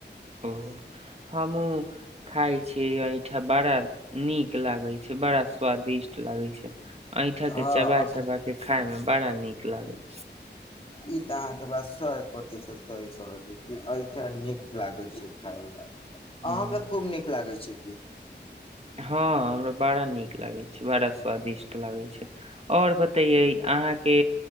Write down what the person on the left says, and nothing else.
हँ
ई तऽ अहाँके बात स प्रतिशत सही कहलिय कि एहिऐठ नीक लागैत छै खाायमे अहां
के खूब नीक लागै छै छै की